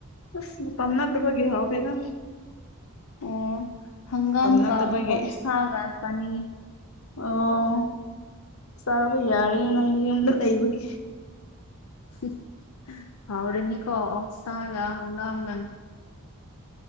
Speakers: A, on the left (about 65°); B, on the left (about 80°).
A: ꯑꯁ ꯇꯝꯅꯠꯇꯕꯒ ꯍꯎꯗꯦꯒ
B: ꯑꯣ ꯍꯪꯒꯥ ꯑꯃꯒ
A: ꯅꯠꯇꯕꯒꯤ
B: ꯑꯣꯁꯒꯥꯁ ꯑꯅꯤ
A: ꯑꯣ ꯆꯥꯕ ꯌꯥꯔꯦꯌꯦ ꯅꯪꯒꯤ ꯌꯨꯝꯗ ꯂꯩꯕꯒꯤ
B: ꯍꯥꯎꯔꯅꯤꯀꯣ ꯑꯣꯒ ꯍꯒꯥ ꯍ